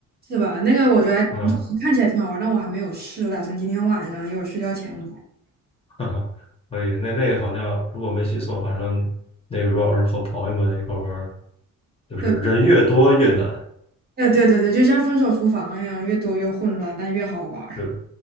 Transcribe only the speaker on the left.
嗯。
<laughs> 哈哈，可以，那那个好像如果没记错，反正那个如果要是和朋友们一块儿玩儿就是人越多越难。
对